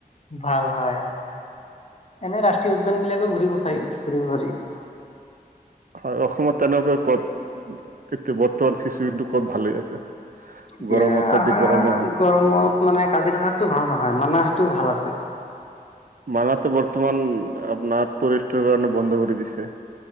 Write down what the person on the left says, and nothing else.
ভাল হয়, এনে ৰাষ্ট্ৰীয় উদ্যান বিলাকো ঘূৰিব পাৰি, ফুৰিব পাৰি।
এতিয়া,
আহাৰ
গৰমত মানে কাজিৰঙাতো ভাল নহয়, মানাহটোও ভাল আছে এতিয়া।